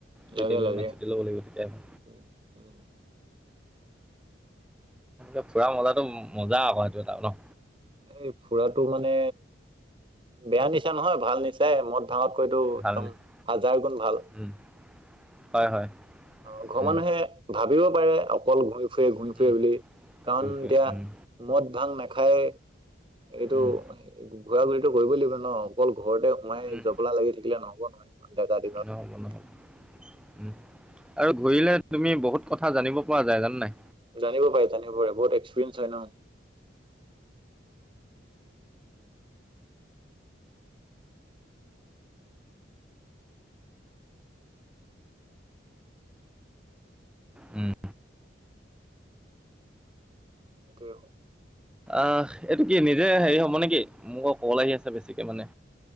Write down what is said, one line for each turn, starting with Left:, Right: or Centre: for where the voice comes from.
Centre: দুই,
Right: লাগে
Centre: তিনদিন
Right: লাগে।
Centre: মান ছুটি ল'ব লাগিব তেতিয়াহে।
Right: উম, উম।
Centre: এ, ফুৰা মজাতো মজা আকৌ সেইটো এটা ন?
Right: এই ফুৰাটো মানে বেয়া নিচা নহয়, ভাল নিচায়ে মদ, ভাঙত কৈতো একদম
Centre: ভাল নিচ-
Right: হাজাৰ গুণ ভাল।
Centre: উম, হয়, হয়।
Right: অ', ঘৰৰ
Centre: উম,
Right: মানুহে ভাবিব পাৰে অকল ঘূৰি ফুৰে, ঘূৰি
Centre: উম,
Right: ফুৰে বুলি কাৰণ
Centre: ঘূৰি ফুৰা,
Right: এতিয়া
Centre: উম,
Right: মদ, ভাং নাখায়ে। এইটো
Centre: উম,
Right: ঘূৰা, ঘূৰিটো কৰিবই লাগিব ন? অকল ঘৰতে সোমাই
Centre: উম,
Right: জবলা লাগি থাকিলে নহ'ব নহয়, ডেকা দিনত।
Centre: নহ'ব নহ'ব উম, আৰু ঘূৰিলে তুমি বহুত কথ কথা জানিব পৰা যায় জানানে নাই?
Right: জানিব পাৰে জানিব পাৰে বহুত এক্সপিৰিয়েঞ্চ হয়
Centre: উম।
Right: <unintelligible>
Centre: আস, এইটো কি নিজে হেৰি হ'ব নেকি? মোক <unintelligible> আহি আছে বেছিকে মানে।